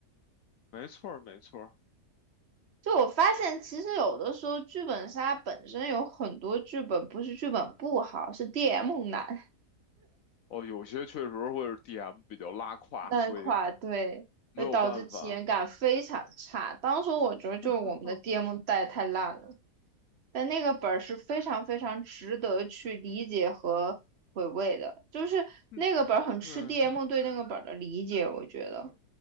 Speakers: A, on the left; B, on the right.
A: 没错儿，没错儿。
B: 就我发现，其实有的时候剧本杀本身有很多剧本不是剧本不好，是 DM 难。
A: 哦，有些确实会是 DM 比较拉胯，
B: 那块对，
A: 所以没有办法。
B: 会导致体验感非常差。当时我觉得就是我们的
A: <laughs>
B: DM 带太烂了，但那个本儿是非常非常值得去理解和回味的，就是那个本儿很吃
A: 嗯嗯，
B: DM
A: 嗯，
B: 对那个本儿的理解，我觉得。